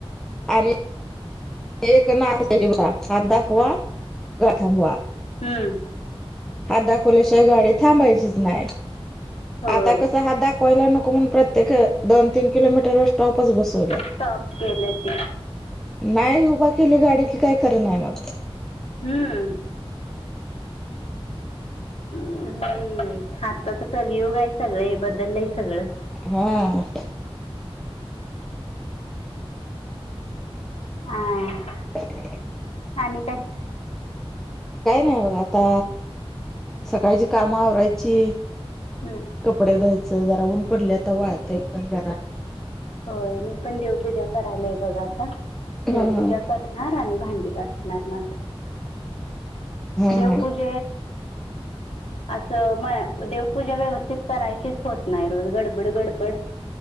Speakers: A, in the centre; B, on the left (about 85°).
A: आणि एक ना बा हात दाखवा गथांबवा
B: हम
A: हात दाखवल्याशिवाय गाडी थांबायचीच नाही
B: होय
A: आता कस हात दाखव कोयला नको म्हण प्रत्येक दोन तीन किलोमीटर स्टॉपच बसतो
B: स्टॉप केलं ते.
A: नाही उभा केली गाडी कि काय कर नाही माझ
B: हम्म हम्म हाताच कलियोग आहे सगळं बदललंय सगळं
A: हम्म.
B: <unintelligible>
A: <unintelligible>
B: आणि काय
A: काय नाही बघ आता सकाळची काम वरायची
B: हम्म
A: कपडे धायचं जराहून पडलेता वाळत पण बरा
B: होय मी पण देवपूजा करायलय बघा आता देवपूजा
A: हा हा
B: करणार आणि भांडी णार म
A: हा
B: देवपूज
A: हा
B: अस म देवपूजा व्यवस्थित करायचीच होत नाही रोज गडबड गडबड